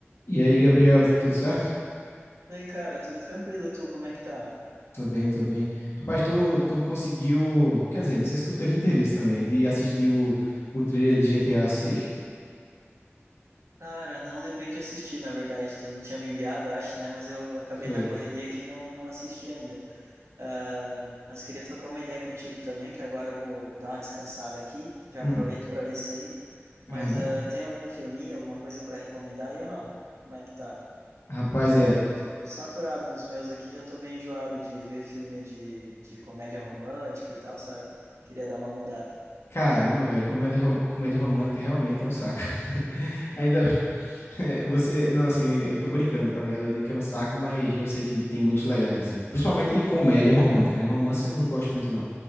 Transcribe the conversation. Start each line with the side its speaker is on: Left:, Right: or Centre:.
Left: E aí, Gabriel, tudo certo?
Right: E aí, cara, tudo tranquilo? Tu, como é que tá?
Left: Tô bem, tô bem. Rapaz, tu, tu conseguiu, quer dizer, não sei se tu teve <laughs> interesse também de assistir o, o trailer de GTA 6?
Right: Cara, não lembrei de assistir, na verdade. Tu tinha me enviado, acho, né? Mas eu acabei
Left: Foi.
Right: na correria aqui e não, não assisti ainda. Ah, mas queria trocar uma ideia contigo também, que agora eu vou, vou dar uma descansada aqui. Já
Left: Hum,
Right: aproveito para ver isso aí. Mas
Left: aham.
Right: ah, tem algum filminho, alguma coisa para recomendar aí ou não? Como é que tá?
Left: Rapaz,
Right: Eu tô,
Left: é,
Right: tô saturado dos meus aqui, já tô meio enjoado de ver filme de, de comédia romântica e tal, sabe? Queria dar uma mudada.
Left: Caramba, velho, comédia, rom- comédia romântica realmente é um saco. <laughs> Ainda é, você, não, assim, eu tô brincando, tá ligado? Eu digo que é um saco, mas eu sei que tem muitos legais, assim. Principalmente comédia romântica, né? Romance eu não gosto muito, não.